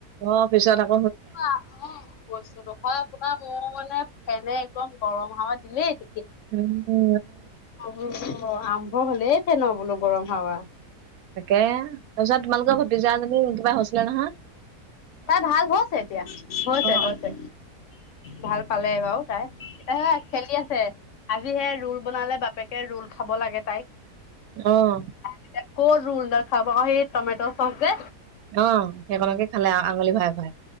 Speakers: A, on the right (about 70°); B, on the left (about 65°).
A: অ পিছত অ
B: কোহ অ কৈছোঁ ৰ আপোনাৰ মোৰ মানে ফেনে একদম গৰম হাৱা দিলেই।
A: উম উ
B: উ আৰম্ভ হলেই ফেন বোলো গৰম হাৱা
A: তাকে তাৰপিছত তোমালোকৰ ভতিজা জনী কিবা হৈছিলে নহয়
B: তাই ভাল হৈছে এতিয়া হৈছে
A: অ
B: হৈছে ভাল পালে বাৰু চাই হে খেলি আছে আজিহে ৰোল বনালে বাপেকে ৰোল খাব লাগে তাইক
A: আহ
B: এতিয়া ক'ত ৰোল দেখাব সেই টমেটৰ চচ
A: অ সেইখনকে খালে আঙুলি ভৰাই